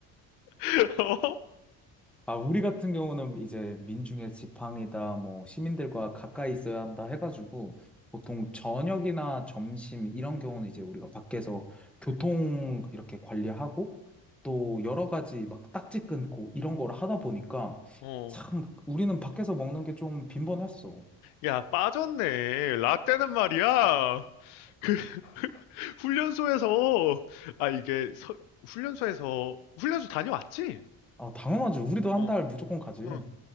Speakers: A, on the left; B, in the centre.
A: <laughs> 어?
B: 아, 우리 같은 경우는 이제 민중의 지팡이다, 뭐, 시민들과 가까이 있어야 한다 해가지고, 보통 저녁이나 점심, 이런 경우는 이제 우리가 밖에서 교통 이렇게 관리하고, 또 여러 가지 막 딱지 끊고 이런 걸 하다 보니까,
A: 어.
B: 참, 우리는 밖에서 먹는 게 좀 빈번했어.
A: 야, 빠졌네. 라떼는 말이야. <laughs> 훈련소에서 아 이게 서- 훈련소에서 훈련소 다녀왔지?
B: 아, 당연하지. 우리도 한
A: 어,
B: 달 무조건 가지.
A: 응.